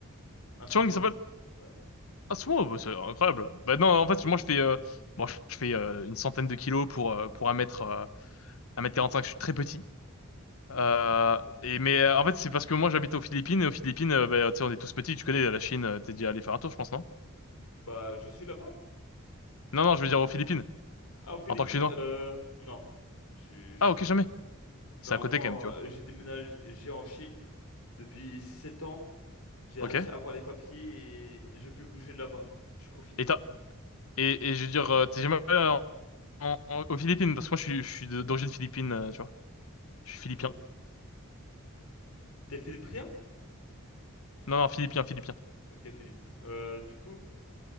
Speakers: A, on the left; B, on the left.
A: un sumo.
B: Chang, il s'appelle...
A: Ouais.
B: Ah, c'est moi, bah, c'est incroyable. Bah, non, en fait, moi, je fais, euh, bon, je fais, euh, une centaine de kilos pour, euh, pour un mètre, euh, un mètre quarante cinq. je suis très petit.
A: <laughs>
B: Euh,
A: Wow.
B: et mais euh, en fait c'est parce que moi j'habite aux Philippines et aux Philippines euh, bah, tu sais on est tous petits tu connais la Chine euh, t'es déjà allé faire un tour je pense non?
A: Bah, je suis là-bas.
B: Non non je veux dire aux Philippines
A: Ah, aux Philippines,
B: en tant que Chinois
A: euh, non. Je, je
B: ah
A: suis
B: ok
A: pas.
B: jamais
A: Non,
B: c'est à côté
A: moi,
B: quand même tu vois
A: euh, j'ai déménagé j'ai en Chine depuis six sept ans. J'ai
B: ok
A: réussi à avoir les papiers et je peux bouger de là-bas. Je profite.
B: et t'as et, et je veux dire euh, t'es jamais allé en- en- en- aux Philippines parce que moi je suis je suis de- d'origine philippine euh, tu vois je suis
A: Ok.
B: philippien
A: T'es philippien?
B: non non philippien philippien
A: Ok, Philippe. Euh, du coup,